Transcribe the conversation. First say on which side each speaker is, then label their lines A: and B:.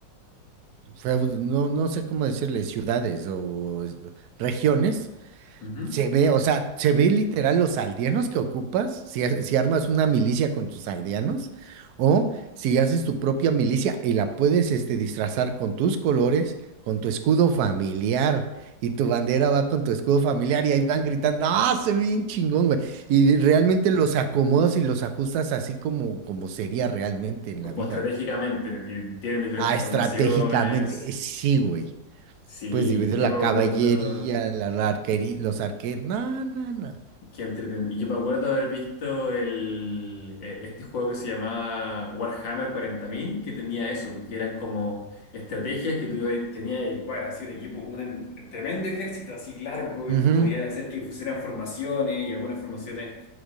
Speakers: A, on the right (about 65°); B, on the left (about 75°).
A: feud- no, no sé cómo decirle, ciudades o es- regiones,
B: Ujú.
A: Se ve, o sea, se ve literal los aldeanos que ocupas, si, ha- si armas una milicia con tus aldeanos, o si haces tu propia milicia y la puedes este, disfrazar con tus colores, con tu escudo familiar, y tu bandera va con tu escudo familiar, y ahí van gritando, ¡ah, se ve bien chingón, güey! Y de- realmente los acomodas y los ajustas así como, como sería realmente en
B: Como
A: la vida.
B: estratégicamente, y tienen diferentes
A: Ah, estratégicamente,
B: formaciones.
A: eh, sí, güey.
B: Sí,
A: Puedes dividir
B: yo
A: la
B: me
A: caballería,
B: acuerdo.
A: la, arquería, los arqueros. No, no, no.
B: Qué entretenido. Yo me acuerdo haber visto el, eh, este juego que se llamaba Warhammer cuarenta mil que tenía eso, porque eran como estrategias que tú ibas- tenías, igual, así un equipo, un tremendo ejército así largo,
A: Ujú,
B: y podía hacer que pusieran formaciones, y algunas formaciones